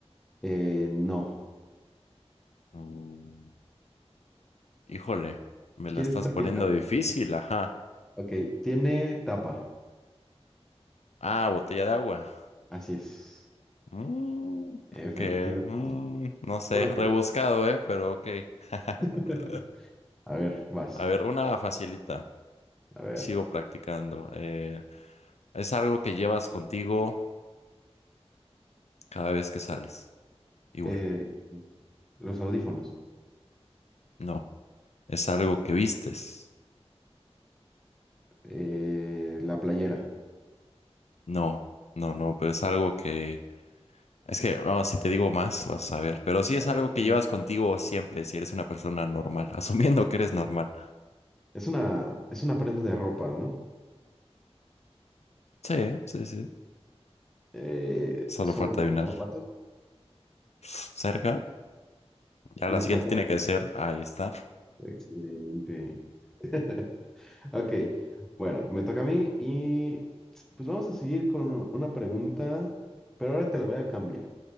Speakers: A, in the centre; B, on the left.
A: Eh, no.
B: Mm, híjole, me la
A: ¿Quieres
B: estás
A: otra
B: poniendo
A: pista?
B: difícil, ajá.
A: Ok, tiene tapa,
B: Ah, botella de agua.
A: así es,
B: Mm,
A: efectivamente.
B: ok, mm, no sé,
A: Ponlo
B: rebuscado,
A: ahí.
B: ¿eh? Pero ok. <laughs>
A: <laughs> A ver, vas,
B: A ver, una facilita.
A: a ver.
B: Sigo practicando. eh, Es algo que llevas contigo cada vez que sales. Igual,
A: eh, Los audífonos.
B: no. Es algo que vistes.
A: eh, la playera.
B: No, no, no, pero es algo que... Es que, no, si te digo más, vas a ver. Pero sí es
A: Ah,
B: algo que
A: eh,
B: llevas contigo siempre si eres una persona normal, <laughs> asumiendo que eres normal.
A: Es una, es una prenda de ropa, ¿no?
B: Sí, sí, sí.
A: Eh,
B: Solo
A: son
B: falta
A: los
B: adivinar.
A: zapatos,
B: Cerca. Ya
A: las
B: la siguiente
A: calcetas.
B: tiene que ser, ahí está,
A: Excelente. <laughs> Ok, bueno, me toca a mí y pues vamos a seguir con una pregunta, pero ahora te la voy a cambiar.